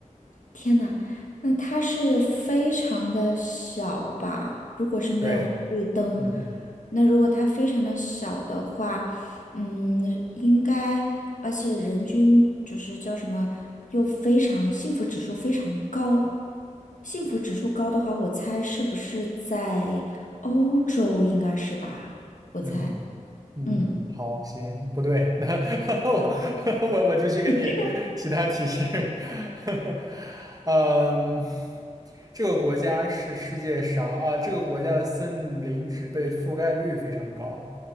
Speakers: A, on the left; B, on the right.
A: 天呐，那他是非常的小吧？如果是没有红绿灯，
B: 对，嗯。
A: 那如果他非常的小的话，嗯，应该，而且人均就是叫什么，又非常幸福指数非常高，幸福指数高的话，我猜是不是在欧洲应该是吧？我猜，
B: 嗯嗯，
A: 嗯。
B: 好，行，不对，<laughs> 那我 <laughs> 我我就去给你
A: <laughs> 你这个
B: 其他提示。<laughs> 嗯，这个国家是世界上啊，这个国家的森林植被覆盖率非常高